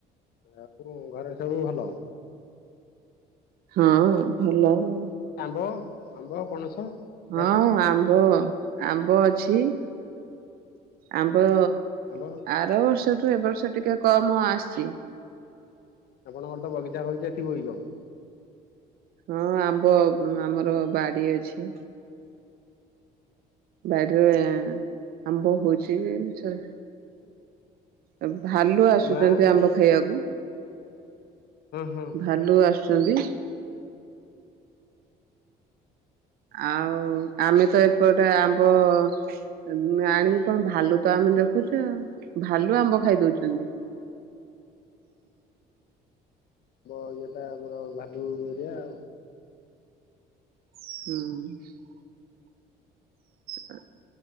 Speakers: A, on the left; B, on the right.
A: ଆକୁର ଘରେ ସବୁ ଭଲ?
B: ହଁ ଭଲ ଉ।
A: ଆମ୍ବ ଆମ୍ବ ପଣସ
B: ହଁ
A: ବାଡିରେ
B: ଆମ୍ବ ଆମ୍ବ ଅଛି। ଆମ୍ୱ ର
A: ଆମ୍ବ
B: ଆର ବର୍ଷ ଠୁ ଠୁ ଏ ବର୍ଷ ଟିକେ କମ ଆସିଛି।
A: ଆପଣଙ୍କର ତ ବଗିଚା ଫଗିଚା। ଥିବ କି କଣ।
B: ହଁ ଆମ୍ବ ଆମର ବାଡି ଅଛି। ବାଡିରେ ଆମ୍ବ ହଉଛି ଚ ଅ ଭାଲୁ ଆସୁଛନ୍ତି
A: ନା ହଁ
B: ଆମ୍ବ ଖାଇବାକୁ
A: ହଁ
B: ଭାଲୁ ଆସୁଛନ୍ତି। ଆଉ ଆମେ ତ ଏପଟେ ଆମ୍ବ ମ ଆଣିବୁ କଣ ଭାଲୁ ତ ଆମେ ଦେଖୁଛୁ ଆଉ ଭାଲୁ ଆମ୍ବ ଖାଇଦଉଛନ୍ତି।
A: ଆମ୍ୱ ଇଏଟା ଆମର ଭାଲୁ ଏରିଆ ଆଉ।
B: ହୁଁ। ଆ।